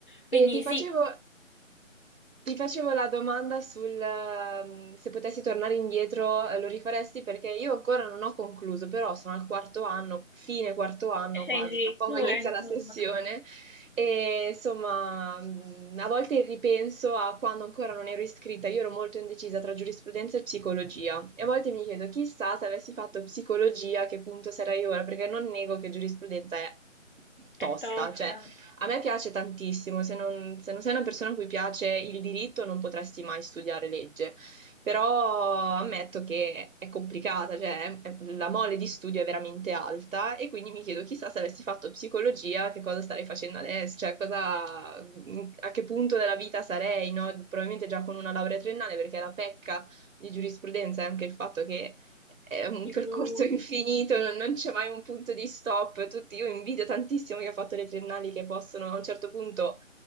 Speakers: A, on the left; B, on the right.
A: Quindi
B: e ti
A: sì,
B: facevo, ti facevo la domanda sul ehm, se potessi tornare indietro, eh, lo rifaresti perché io ancora non ho concluso, però sono al quarto anno, fine quarto anno
A: sei
B: quasi,
A: in dirittura,
B: tra poco inizia
A: insomma,
B: la sessione e insomma mh, a volte ripenso a quando ancora non ero iscritta, io ero molto indecisa tra giurisprudenza e psicologia e a volte mi chiedo chissà se avessi fatto psicologia a che punto sarei ora, perché non nego che giurisprudenza è
A: è
B: tosta,
A: tosta,
B: cioè A me piace tantissimo, se non, se non sei una persona a cui piace il diritto non potresti mai studiare legge, però ammetto che è complicata, cioè è- la mole di studio è veramente alta e quindi mi chiedo chissà se avessi fatto psicologia che cosa starei facendo adesso, cioè cosa, a che punto della vita sarei, no? Probabilmente già con una laurea triennale perché la pecca di giurisprudenza è anche il fatto che è un
A: ciclo
B: percorso
A: unico,
B: infinito, non non c'è mai un punto di stop. Tutti, io invidio tantissimo chi ha fatto le triennali che possono a un certo punto